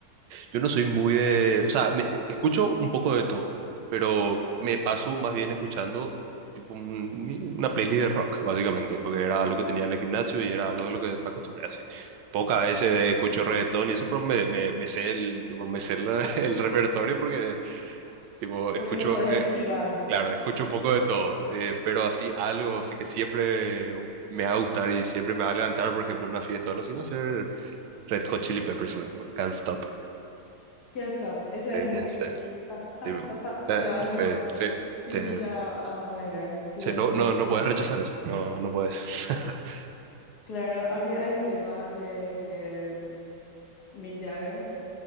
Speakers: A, on the right; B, on the left.
A: Yo no soy muy de, o sea, me- escucho un poco de todo, pero me paso más bien escuchando tipo, un- mi- una playlist de rock, básicamente, porque era
B: vos.
A: algo que tenía en el gimnasio y era algo de lo que me acostumbré así. Pocas veces escucho reggaetón y eso, pero me, me, me sé el, tipo, me sé la- <laughs> el repertorio porque tipo, escucho,
B: porque no puedes
A: eh,
B: esquivar.
A: Claro, escucho un poco de todo, eh, pero así algo, así que siempre me va a gustar y siempre me va a levantar, por ejemplo, una fiesta o algo así, va a ser Red Hot Chili Peppers, por ejemplo, Can't Stop.
B: Ya está, esa
A: Sí,
B: es muy...
A: Can't Stop.
B: pa, pa,
A: Tipo,
B: pa, pa,
A: eh,
B: Te vas, digo,
A: sí, sí,
B: te
A: te-
B: invita a, a bailar. Sí,
A: sí, no, no, no puedes rechazar eso, no, no puedes. <laughs>
B: claro, a mí hay un tema de eh, Mick Jagger,